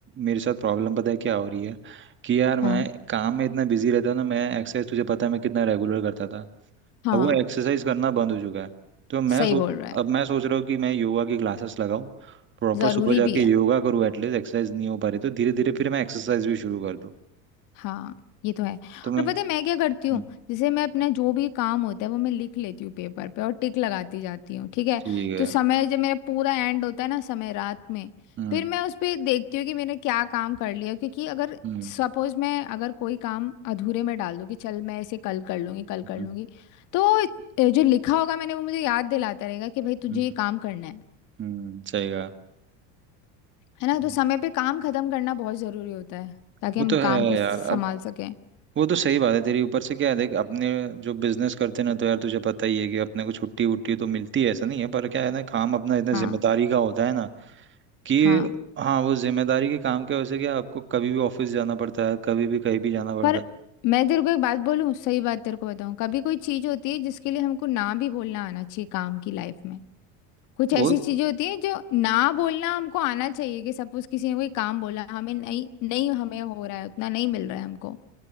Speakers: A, on the right (about 35°); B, on the left (about 60°).
A: मेरे साथ प्रॉब्लम पता है क्या हो रही है कि यार मैं
B: हाँ
A: काम में इतना बिजी रहता हूँ ना मैं एक्सरसाइज तुझे पता है मैं कितना रेगुलर करता था
B: हाँ
A: अब वो एक्सरसाइज करना बंद हो चुका है तो मैं
B: सही
A: सोच
B: बोल रहा है
A: अब मैं सोच रहा हूँ कि मैं योगा की क्लासेस लगाऊं प्रॉपर
B: ज़रूरी
A: सुबह जाके
B: भी है
A: योगा करूँ एटलीस्ट एक्सरसाइज नहीं हो पा रही तो धीरे धीरे फिर मैं एक्सरसाइज भी शुरू कर दूँ
B: हाँ ये तो है
A: तो मैं
B: और पता है मैं क्या करती हूँ
A: हम्म,
B: जैसे मैं अपना जो भी काम होता है वो मैं लिख लेती हूँ पेपर पे और टिक लगाती जाती हूँ ठीक है
A: ठीक है
B: तो समय जब मेरा पूरा एंड होता है ना समय रात में
A: हम्म
B: फिर मैं उस पर देखती हूँ कि मैंने क्या काम कर लिया क्योंकि अगर
A: हम्म
B: सपोज मैं अगर कोई काम अधूरे में डाल दूँ कि चल मैं इसे कल कर लूँगी कल कर
A: हम्म
B: लूँगी तो ए, जो लिखा होगा मैंने वो मुझे याद दिलाता रहेगा कि भाई तुझे
A: हम्म
B: ये काम करना है
A: हम्म, सही कहा
B: है ना तो
A: हम्म।
B: समय पे काम खत्म करना बहुत ज़रूरी होता है ताकि
A: वो
B: हम
A: तो है
B: काम को
A: यार
B: संभाल
A: अब
B: सकें
A: वो तो सही बात है तेरी ऊपर से क्या है देख अपने जो बिजनेस करते हैं ना तो यार तुझे पता ही है कि अपने को छुट्टी वुट्टी तो मिलती है ऐसा नहीं है पर क्या है ना काम अपना इतना
B: हाँ
A: जिम्मेदारी का होता है ना कि
B: हाँ
A: हाँ वो जिम्मेदारी के काम के वजह से क्या आपको कभी भी ऑफिस जाना पड़ता है कभी भी कहीं भी जाना पड़ता
B: पर
A: है
B: मैं तेरे को एक बात बोलूं सही बात तेरे को बताऊं कभी कोई चीज होती है जिसके लिए हमको ना भी बोलना आना चाहिए काम की लाइफ में कुछ
A: वो
B: ऐसी चीजें होती हैं जो ना बोलना हमको आना चाहिए कि सपोज किसी ने कोई काम बोला हमें नहीं नहीं हमें हो रहा है उतना नहीं मिल रहा है हमको